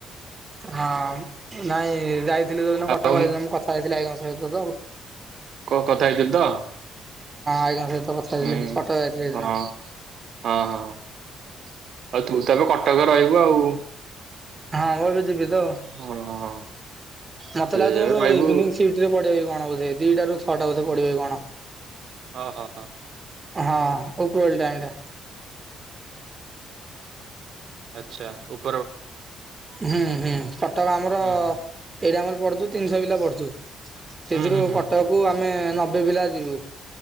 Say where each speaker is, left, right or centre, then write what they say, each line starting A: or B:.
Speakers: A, on the right; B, on the right.
A: ହଁ ନାଇଁ ଯାଇ ଥିଲି ଯୋଉ ଦିନ କଟକ
B: ଆଉ
A: ହେଇଦିନ ମୁ କଥା ହେଇଥିଲି ଆଇଙ୍କ ସହିତ ତ
B: କ କଥା ହେଇଥିଲୁ ତ
A: ଆଜ୍ଞା ସହିତ କଥା ହେଇଥିଲି
B: ହୁଁ
A: କଟକ ଯାଇଥିଲି ଏଇଦିନ
B: ହଁ ହଁ ହଁ ତୁ ତେବେ କଟକରେ ରହିବୁ ଆଉ।
A: ହଁ ମୁଁ ଏ ବି ଯିବି ତ ଆଉ
B: ହଁ ହଁ
A: ମତେ
B: ତୁ
A: ଲାଗୁଚି ମୋର
B: ଏବେ ରହିବୁ
A: ଇଭିନିଂ ସିଫ୍ଟ ରେ ପଡିବ କି କଣ ବଧେ ଦିଟା ରୁ ଛଅଟା ବଧେ ପଡିବ କି କଣ।
B: ଓହୋ
A: ହଁ ଉପରଓଳି ଟାଇମଟା।
B: ଆଚ୍ଛା ଉପ
A: ହୁଁ ହୁଁ କଟକ ଆମର
B: ହୁଁ
A: ଏଇଢ଼େ ଆମର ପଡୁଛୁ ତିନିଶହ ପିଲା ପଡୁଛୁ। ସେଥିରୁ
B: ହୁଁ ହୁଁ ହୁଁ
A: କଟକକୁ ଆମେ ନବେ ପିଲା ଯିବୁ